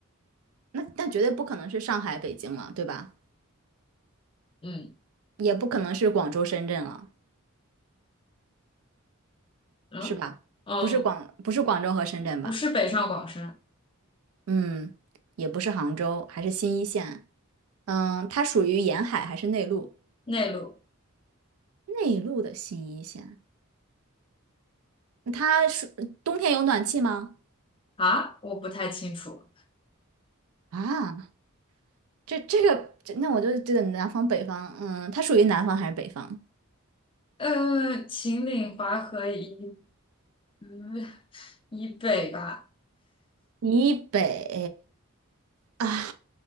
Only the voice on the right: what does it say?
那那绝对不可能是上海、北京了，对吧？
也不可能是广州、深圳了，
是吧？不是广，不是广州和深圳吧？
嗯，也不是杭州，还是新一线。嗯，它属于沿海还是内陆？
内陆的新一线，它是冬天有暖气吗？
啊，这这个，这那我就这个南方北方，嗯，它属于南方还是北方？
以北啊，